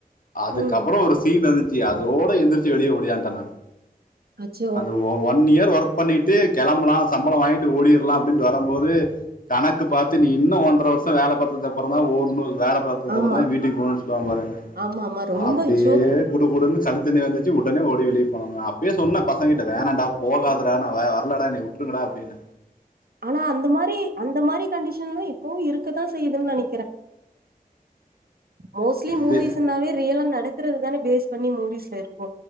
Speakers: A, on the left; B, on the right.
A: அதுக்கப்றோ
B: ம்
A: ஒரு சீன் வந்துச்சி அதோட எந்திரிச்சி வெளியே ஓடியான்ட்டே நானு
B: அச்சோ
A: அந்த ஒன் இயர் ஒர்க் பண்ணிட்டு கெளம்பலா சம்பளோ வாங்கி ட் ஓடிற்லா அப்டின்ட்டு வரம்போது கணக்கு பாத்து நீ இன்னு ஒன்ர வர்ஷோ வேல பாத்ததுக்கு அப்றோதா ஓடணு வேல பாத்ததுக்கு
B: ஆமா
A: அப்றோதா வீட்டுக்கு போகணுணு சொல்லுவாங்க பாருங்க
B: ஆமா ஆமா ரொம்ப
A: அப்டியே
B: அச்சோ
A: குடு குடுணு கண்ணுதண்ணி வந்துச்சு உடனே ஓடி வெளிய போனவதா அப்பியே சொன்ன பசங்கிட்ட வேணாண்டா போகாதட நா வர்லடா என்னய விட்டுருங்கடா அப்டின்ன
B: ஆனா அந்த மாரி அந்த மாரி கண்டிஷன்ல்லா இப்பவு இருக்கதா செய்யுதுன் நெனைக்கிறே மோஸ்லி
A: இது
B: மூவிஸ்ன்னாவே ரியலா நடக்றது தான பேஸ் பண்ணி மூவிஸ்ல இருக்கு